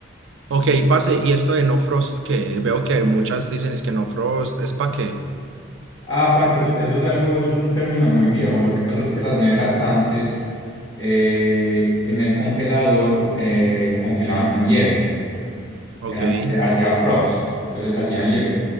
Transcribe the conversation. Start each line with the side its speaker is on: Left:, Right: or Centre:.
Right: Ok, parce, ¿y esto de no frost qué? Veo que muchas dicen es que no frost, ¿es para qué?
Left: Ah, parce, eso, eso es algo, eso es un término muy viejo. Lo que pasa es que las neveras antes eh, en el congelador eh, congelaban con hielo,
Right: Ok.
Left: eran, se hacía frost, entonces hacían hielo.